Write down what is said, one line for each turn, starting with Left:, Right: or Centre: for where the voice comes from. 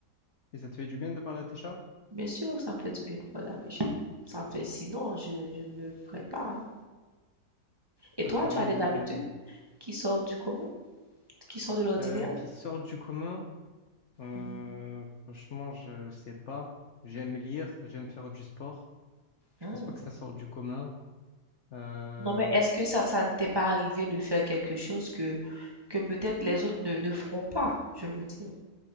Left: ça te fait du bien de parler à tes chats?
Right: Bien sûr, ça me fait du bien de parler, mais je- ça me fait, sinon, je, je ne le ferai pas. hein. Et toi,
Left: Ça te permet
Right: tu as des
Left: de...
Right: habitudes qui sortent du commun, qui sortent de l'ordinaire?
Left: Euh, qui sortent du commun? Euh,
Right: Mhm.
Left: franchement, je sais pas. J'aime lire, j'aime faire du sport. Je
Right: Hmm.
Left: pense pas que ça sorte du commun. Euh,
Right: Non, mais est-ce
Left: que-
Right: que ça, ça ne t'est pas arrivé de faire quelque chose que, que peut-être les autres ne, ne feront pas, je veux dire.